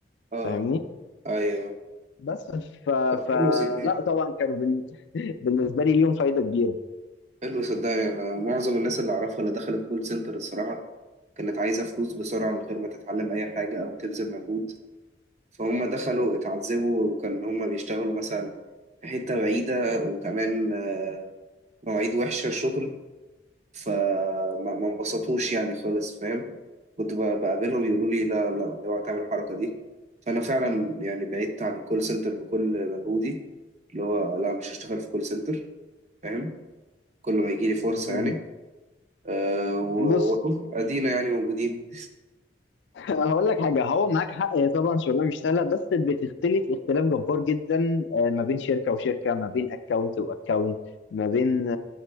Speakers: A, on the right; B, on the left.
A: اه
B: فاهمني
A: ايوه
B: بس ف...
A: طب
B: ف...
A: حلو صدقني
B: لا طبعا كانوا بن... <laughs> بالنسبه لي ليهم فايده كبيره
A: حلو صدقني انا معظم الناس اللي اعرفها اللي دخلت كول سنتر الصراحه كانت عايزه فلوس بسرعه من غير ما تتعلم اي حاجه او تبذل مجهود فهم دخلوا اتعذبوا وكان هم بيشتغلوا مثلا في حته بعيده وكمان آه، مواعيد وحشه شغل فما ما انبسطوش يعني خالص فاهم كنت ب- بقابلهم يقولوا لي لا لا اوعى تعمل الحركه دي فانا فعلا يعني بعدت عن الكول سنتر بكل مجهودي اللي هو لا مش هشتغل في كول سنتر فاهم كل ما يجي لي فرصة
B: أمم،
A: يعني أه و-
B: بص
A: وأهو أدينا يعني موجودين
B: هقول لك حاجة هو معاك حق هي طبعا شغلانة مش سهلة بس بتختلف اختلاف جبار جدا آه، ما بين شركة وشركة ما بين اكونت واكونت ما بين